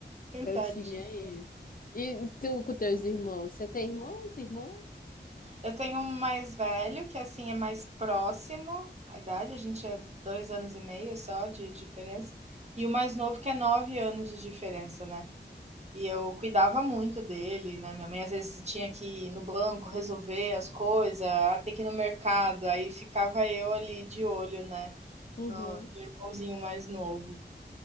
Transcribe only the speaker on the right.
Tadinho.
Eu tenho um mais velho, que assim é mais próximo à idade, a gente é dois anos e meio só de diferença, e o mais novo que é nove anos de diferença, né? E eu cuidava muito dele, né? Minha mãe às vezes tinha que ir no banco resolver as coisas, até que ir no mercado, aí ficava eu ali de olho, né?
No, no irmãozinho mais novo.